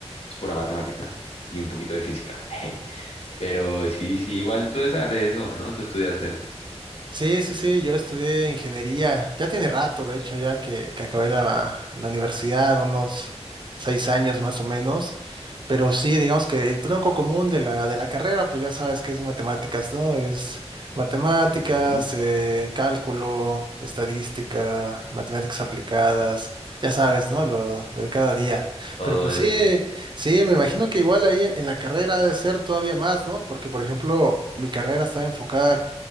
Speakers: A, on the left (about 65°); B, on the right (about 45°).
A: es pura matemática y un poquito de física. <laughs> Pero sí, sí, igual tú debes saber de eso, ¿no? Tú estudiaste.
B: Sí, sí, sí, yo estudié ingeniería, ya tiene rato, de hecho, ya que, que acabé la, la universidad, unos seis años más o menos, pero sí, digamos que el tronco común de la, de la carrera, pues ya sabes que es matemáticas, ¿no? Es matemáticas,
A: Ujú.
B: eh, cálculo, estadística, matemáticas aplicadas, ya sabes, ¿no? Lo, lo de cada día.
A: todo
B: Pero pues
A: eso.
B: sí, sí, me imagino que igual ahí en la carrera ha de ser todavía más, ¿no? Porque, por ejemplo, mi carrera está enfocada